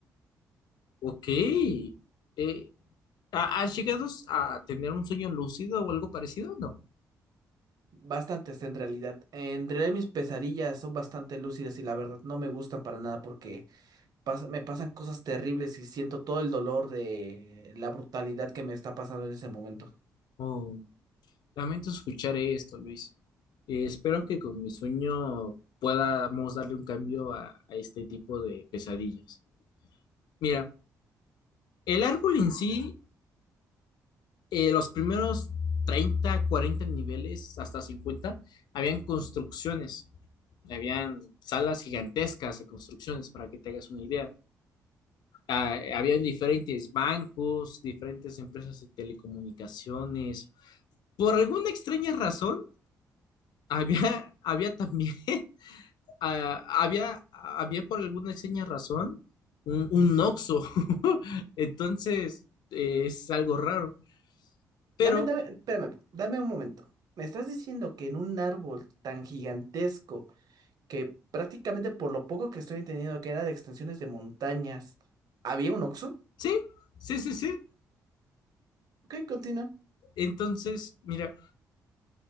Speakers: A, on the left; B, on the right.
A: Ok. Eh, ¿ha- ¿has llegado a tener un sueño lúcido o algo parecido? No.
B: Bastantes en realidad. En realidad mis pesadillas son bastante lúcidas y la verdad no me gustan para nada porque pas- me pasan cosas terribles y siento todo el dolor de la brutalidad que me está pasando en ese momento.
A: Oh, lamento escuchar esto, Luis. Eh, espero que con mi sueño podamos darle un cambio a, a este tipo de pesadillas. Mira, el árbol en sí eh, los primeros treinta cuarenta niveles, hasta cincuenta habían construcciones, habían salas gigantescas de construcciones, para que te hagas una idea. Ah, habían diferentes bancos, diferentes empresas de telecomunicaciones. Por alguna extraña razón, había, había también, <laughs> ah, había, había por alguna extraña razón un, un Oxxo. <laughs> Entonces, eh, es algo raro. Pero
B: Dame, dame, espérame, dame un momento. ¿Me estás diciendo que en un árbol tan gigantesco que prácticamente por lo poco que estoy entendiendo que era de extensiones de montañas, había un Oxxo.
A: sí, sí, sí, sí,
B: Ok, continúa.
A: Entonces, mira,